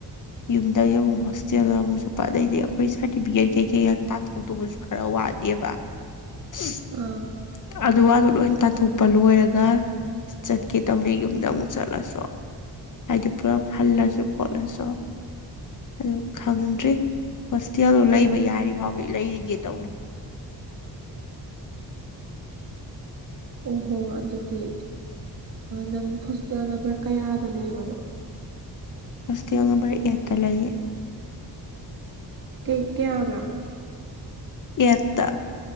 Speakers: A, on the left; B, on the right.
A: ꯌꯨꯝꯗꯒꯤ ꯑꯃꯨꯛ ꯍꯣꯁꯇꯦꯜꯗ ꯑꯃꯨꯛ ꯆꯠꯄ ꯑꯗꯩꯗꯤ ꯑꯩꯈꯣꯏ ꯁꯥꯔꯇꯤꯐꯤꯀꯦꯠ ꯀꯩꯀꯩ ꯇꯥꯟꯊꯣꯛꯇꯧꯕꯁꯨ ꯈꯔ ꯋꯥꯠꯂꯤꯕ <unintelligible>
B: ꯑꯥ
A: ꯑꯗꯨ ꯋꯥꯗ ꯂꯣꯏ ꯇꯥꯟꯊꯣꯛꯄ ꯂꯣꯏꯔꯒ ꯆꯠꯀꯦ ꯇꯧꯅꯦ ꯌꯨꯝꯗ ꯑꯃꯨꯛ ꯆꯠꯂꯁꯨꯣ ꯍꯥꯏꯗꯤ ꯄꯨꯂꯞ ꯍꯜꯂꯁꯨ ꯈꯣꯠꯂꯁꯨ ꯑꯗꯨ ꯈꯪꯗ꯭ꯔꯔꯤ ꯍꯣꯁꯇꯦꯜꯗꯣ ꯂꯩꯕ ꯌꯥꯔꯤ ꯐꯥꯎꯗꯤ ꯂꯩꯔꯤꯒꯦ ꯇꯧꯅꯤ
B: ꯑꯣꯍꯣ ꯑꯗꯨꯗꯤ ꯅꯪ ꯍꯣꯁꯇꯦꯜ ꯅꯝꯕꯔ ꯀꯌꯥꯗ ꯂꯩꯕꯅꯣ
A: ꯁꯇꯅꯝꯕ ꯑꯦꯠꯇꯂꯏꯌꯦ
B: ꯀꯩ ꯀꯌꯥꯕ
A: ꯌꯦꯠꯇ